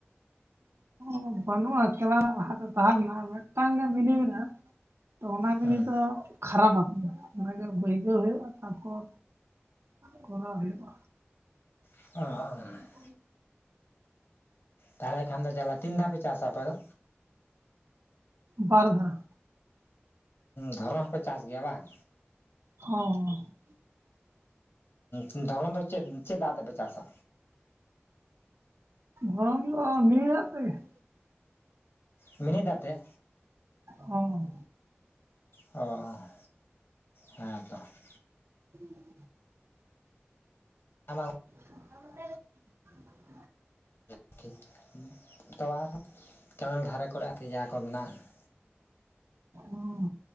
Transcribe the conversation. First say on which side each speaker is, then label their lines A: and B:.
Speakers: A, on the right; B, on the left.
A: ᱚᱸᱻ ᱵᱟᱹᱱᱩᱜᱼᱟ <inaudible> ᱞᱟᱦᱟᱛᱮ ᱛᱟᱦᱚᱴᱮ ᱞᱮᱱᱟ ᱢᱤᱫᱴᱟᱝ ᱜᱮ ᱢᱤᱱᱤ ᱢᱮᱱᱟᱜᱼᱟ ᱾ ᱛᱚ ᱚᱱᱟ ᱢᱤᱱᱤ
B: ᱦᱮᱸ
A: ᱫᱚ ᱠᱷᱟᱨᱟᱯ ᱟᱠᱟᱱᱟ, ᱚᱱᱟᱜᱮ ᱵᱟᱹᱭᱥᱟᱹᱣ ᱦᱩᱭᱩᱜᱼᱟ᱾ ᱛᱟᱨᱯᱚᱨ ᱠᱚᱨᱟᱣ ᱦᱩᱭᱩᱜᱼᱟ ᱾
B: <inaudible>
A: <inaudible>
B: ᱛᱟᱦᱚᱞᱮ ᱠᱷᱟᱱ ᱫᱚ ᱡᱟᱞᱟ ᱛᱤᱱ ᱫᱷᱟᱣ ᱯᱮ ᱪᱟᱥᱟ ᱟᱯᱮ ᱫᱚ?
A: ᱵᱟᱨ ᱫᱷᱟᱣ ᱾
B: ᱫᱷᱚᱨᱚᱱ ᱦᱚᱸ ᱯᱮ ᱪᱟᱥ ᱜᱮᱭᱟ ᱵᱟᱝ?
A: ᱦᱚᱸ ᱾
B: ᱦᱩᱸ ᱫᱷᱚᱨᱚᱱ ᱫᱚ ᱪᱮᱫ, ᱪᱮᱫ ᱫᱟᱜ ᱛᱮᱯᱮ ᱪᱟᱥᱟ?
A: ᱫᱷᱚᱨᱚᱱ ᱫᱚ ᱢᱤᱱᱤ ᱫᱟᱜ ᱛᱮᱜᱮ ᱾
B: ᱢᱤᱱᱤ ᱫᱟᱜ ᱛᱮ?
A: ᱦᱚᱸ
B: ᱚ ᱦᱮᱸ ᱛᱚ ᱾
A: <inaudible>
B: <inaudible>
A: <inaudible>
B: ᱟᱨᱠᱤ ᱛᱚᱣᱟ ᱟᱨᱦᱚᱸ ᱠᱮᱱᱮᱞ ᱫᱷᱟᱨᱮ ᱠᱚᱨᱮ ᱟᱨᱠᱤ ᱡᱟᱦᱟᱸ ᱠᱚ ᱢᱮᱱᱟᱜᱼᱟ ᱾
A: ᱦᱩᱸ